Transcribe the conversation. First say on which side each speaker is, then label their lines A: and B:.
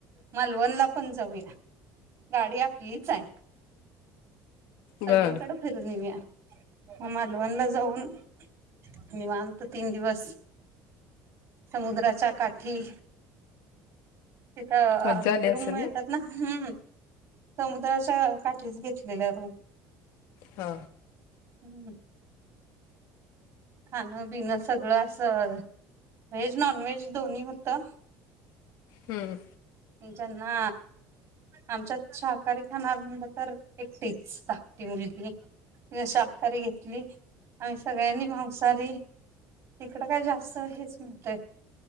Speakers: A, on the right; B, on the left.
A: मालवणला पण जाऊया. गाडी आपलीच आहे सगळीकड
B: बर
A: फिरून येऊया मग मालवणला जाऊन निवांत तीन दिवस समुद्राच्या काठी तिथं आ
B: मज्जा आली असेल
A: रूम मिळतात ना हुं समुद्राच्या काठीच घेतलेल्या रूम
B: हा
A: हू खाणं बिणं सगळं अस व्हेज, नॉन व्हेज दोन्ही होतं
B: हुं
A: ज्यांना आमच्यात शाकाहारी खाणार म्हणलं तर एकटीच धाकटी मुलगी शाकाहारी घेतली आम्ही सगळ्यांनी मांसहारी तिकडं काय जास्त हेच मिळतय